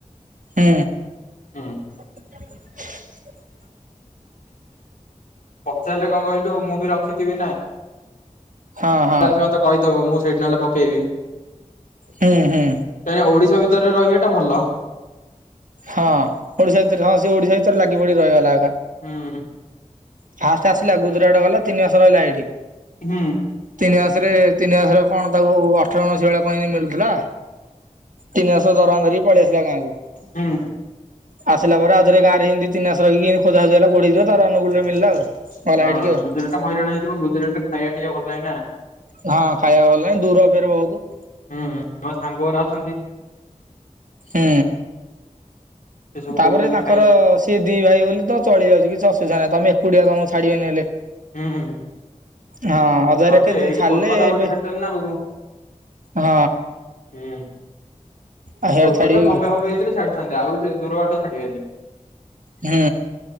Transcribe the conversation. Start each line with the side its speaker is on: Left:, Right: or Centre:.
Right: ହୁଁ।
Left: ହୁଁ।
Right: <inaudible>
Left: ପଚାରିଲେ କଣ କହିଲୁ ମୁଁ ବି ରଖିଥିବି ନା।
Right: ହଁ ହଁ
Left: ମତେ ତାହାହେଲେ କହିଦବ ମୁଁ ସେଇଠି ନହେଲେ ପକେଇବି।
Right: ହୁଁ ହୁଁ।
Left: ନାହିଁ ଓଡିଶା ଭିତରେ ରହିବା ଟା ଭଲ।
Right: ହଁ ଓଡିଶା ଭିତରେ ହଁ ସେ ଓଡିଶା ଭିତରେ ଲାଗି ପଡି ରହିଗଲା ଏକା।
Left: ହୁଁ ହୁଁ।
Right: ଫାଷ୍ଟ ଆସିଲା ଗୁଜୁରାଟ ଗଲା ତିନି ମାସ ରହିଲା ଏଇଠି।
Left: ହୁଁ
Right: ତିନି ମାସରେ ତିନି ମାସରେ କଣ ତାକୁ ଅଠର ଉଣେଇଶି ଭଳିଆ କଣ ଏମିତି ମିଳୁଥିଲା। ତିନିମାସର ଦରମା ଧରିକି ପଳେଇ ଆସିଲା ଗାଁକୁ।
Left: ହୁଁ।
Right: ଆସିଲା ପରେ ଆଉଥରେ ଗାଁରେ ଏମିତି ଦି ତିନିମାସ ରହି କି ଖୋଜା ଅଜା ହେଲା <unintelligible> ତାର ଅନୁଗୁଳରେ
Left: ହଁ
Right: ମିଳିଲା ଆଉ ଗଲା ହେଇଠିକି ଆଉ
Left: ଗୁଜୁରାଟରେ ହଇରାଣ ହେଇଯିବ, ଗୁଜୁରାଟରେ ଖାଇବା ଟିକେ ଭଲ ନାହିଁ ନା।
Right: ହଁ ଖାଇବା ଭଲ ନାଇଁ ଦୂର ବି ବହୁତ।
Left: ହୁଁ। ମୋ ସାଙ୍ଗ ଗୁଡ଼ା ଅଛନ୍ତି।
Right: ହଁ।
Left: ସେ ସବୁ
Right: ତାପରେ
Left: କହୁଛନ୍ତି
Right: ତାଙ୍କର
Left: ଖାଇ
Right: ସି ସିଏ ଦି ଭାଇ ବୋଲି ତ ଚଳି ଯାଉଛି କିଛି ଅସୁବିଧା ନାହିଁ। ତୋମେ ଏକୁଟିଆ ତୋମକୁ ଛାଡିବେନି ହେଲେ।
Left: ହଁ, ହଁ।
Right: ହଁ <inaudible>
Left: ମୋତେ ଏଇଠି
Right: ଛାଡିଲେ
Left: କୋଲକାତା ବୋଲି
Right: ଏବେ
Left: ଛାଡିଚନ ନା ହଉ
Right: ହଁ
Left: ହୁଁ,।
Right: ଆଉ ହିଆଡେ
Left: କୋଲକାତା
Right: ଛାଡିବେ
Left: ବମ୍ବେ
Right: କି
Left: ଫମ୍ବେ ଭିତରେ ଛାଡିଥାନ୍ତେ ଆଉ ସେ ଦୂର ବାଟ ଛାଡିବେନି।
Right: ହଁ,